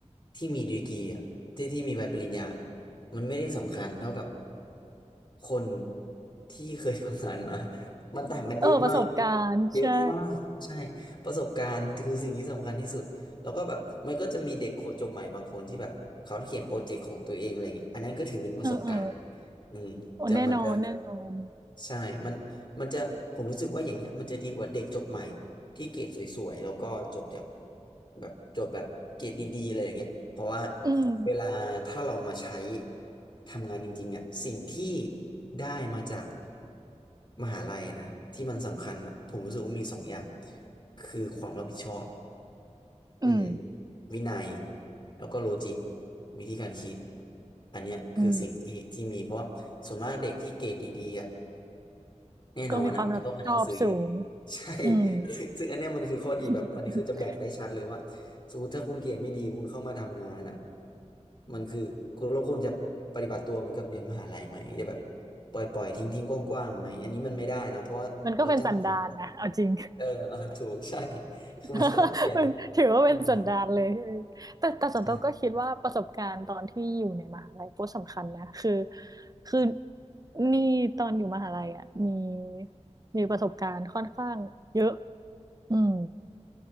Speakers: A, on the left; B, on the right.
A: ที่มีดีกรีอ่ะที่ที่มีใบปริญญามันไม่ได้สำคัญเท่ากับคนที่เคยทำงานมา <laughs> มันต่างกันเยอะมาก
B: เออประสบการณ์ใช่
A: เยอะมากใช่ประสบการณ์คือสิ่งที่สำคัญที่สุดแล้วก็แบบมันก็จะมีเด็กโคจบใหม่บางคนที่แบบเขาเขียนโปรเจกต์ของตัวเองอะไรเงี้ยอันนั้นก็ถือเป็นประสบการณ์
B: เออเออ
A: อืมจะมันจะ
B: โอ้แน่นอนแน่นอน
A: ใช่มันมันจะผมรู้สึกว่าอย่างเงี้ยมันจะดีกว่าเด็กจบใหม่ที่เกรดสวยๆแล้วก็จบจากแบบจบแบบเกรดดีๆเลยอย่างเงี้ยเพราะว่า
B: อืม
A: เวลาถ้าเรามาใช้ทำงานจริงๆอ่ะสิ่งที่ได้มาจากมหาลัยนะที่มันสำคัญอ่ะผมรู้สึกว่ามีสองอย่างคือความรับผิดชอบอืม
B: อืม
A: วินัยแล้วก็โลจิกวิธีการคิดอันเนี้ยคือสิ่งที่ที่มีเพราะว่าส่วนมากเด็กที่เกรดดีๆอ่ะ
B: อืม
A: แน่นอนอ่ะมันต้องอ่านหนังสือเยอะ
B: ก็มีความรับผิดชอบสูง
A: <laughs> ใช่
B: อืม
A: <laughs> ซึ่งอันเนี้ยมันคือข้อดีแบบมันคือจะแบ่งได้ชัดเลยว่า
B: <laughs>
A: สมมติถ้าคุณเกรดไม่ดีคุณเข้ามาทำงานอ่ะมันคือคุณแล้วคุณจะปฏิบัติตัวเหมือนกับเรียนมหาลัยไหมจะแบบปล่อยปล่อยทิ้งทิ้งกว้างๆไหมอันนี้มันไม่ได้นะเพราะว่าเราจ้างคุณ
B: มันก็เป็นสันดานนะเอาจริง
A: เออเออถูกใช่
B: <laughs>
A: คือมันต้องเปลี่ยน
B: มันถือว่าเป็นสันดานเลยเออแต่แต่ส่วนตัวก็คิดว่าประสบการณ์ตอนที่อยู่ในมหาลัยก็สำคัญนะคือ
A: อืมใช่
B: คือนี่ตอนอยู่มหาลัยอ่ะมีมีประสบการณ์ค่อนข้างเยอะอืม